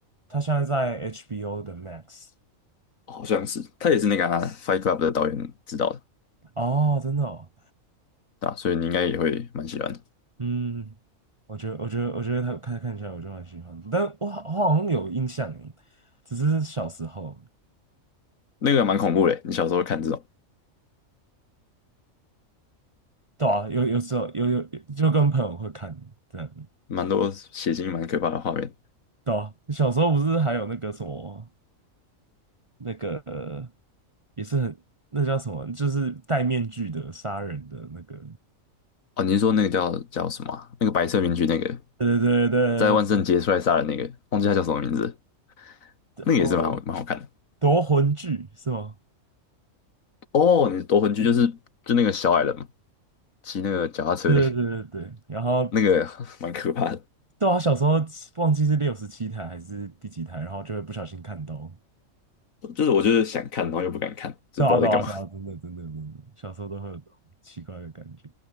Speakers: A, on the right; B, on the left.
A: 他现在在 HBO 的 Max。
B: 好像是，他也是那个啊 Fight Club 的导演指导的，
A: 哦，真的哦，
B: 对吧？所以你应该也会蛮喜欢的。
A: 嗯，我觉得，我觉得，我觉得他看看起来我就蛮喜欢的，但我好我好像有印象耶，只是小时候，
B: 那个蛮恐怖的，你小时候看这种
A: 对啊，有有时候有有就跟朋友会看这样，
B: 蛮多血腥、蛮可怕的画面。
A: 对啊，小时候不是还有那个什么那个呃也是很那叫什么，就是戴面具的杀人的那个，
B: 哦，你是说那个叫叫什么啊那个白色面具，那个
A: 对对对对对对，
B: 在万圣节出来杀人那个，忘记他叫什么名字了那个也是蛮好蛮好看的。
A: 我夺魂锯是吗？
B: 哦，你是夺魂锯就是就那个小矮人嘛，骑那个脚踏车那个
A: 对对对对对，然后
B: 那个 <laughs> 蛮可怕的，
A: 对啊，小时候忘记是六十七台还是第几台，然后就会不小心看到。
B: 就是我就是想看，然后又不敢看，就不知道在干嘛。
A: 对啊，对啊，对啊，真的，真的，真的，小时候都会有这种奇怪的感觉。